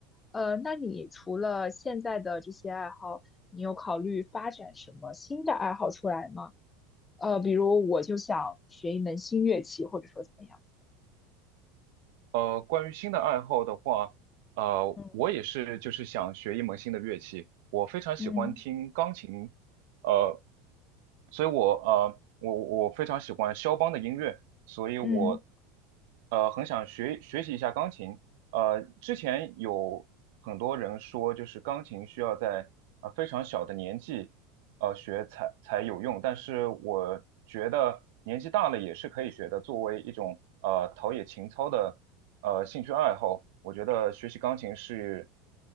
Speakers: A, on the left; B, on the right.
A: 呃，那你除了现在的这些爱好，你有考虑发展什么新的爱好出来吗？呃，比如我就想学一门新乐器，或者说怎么样？
B: 呃，关于新的爱好的话，呃，
A: 嗯
B: 我也是就是想学一门新的乐器。我非常喜欢听钢琴，
A: 嗯
B: 呃，所以我呃，我我非常喜欢肖邦的音乐，所以我
A: 嗯，
B: 呃很想学学习一下钢琴。呃，之前有很多人说，就是钢琴需要在呃、非常小的年纪呃学才才有用，但是我觉得年纪大了也是可以学的，作为一种呃陶冶情操的。呃兴趣爱好，我觉得学习钢琴是